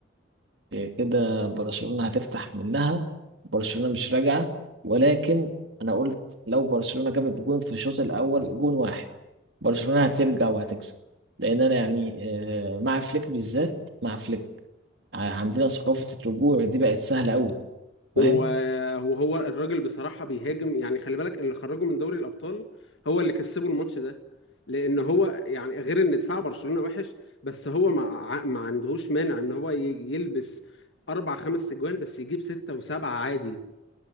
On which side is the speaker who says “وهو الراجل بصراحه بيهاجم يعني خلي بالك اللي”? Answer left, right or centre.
Left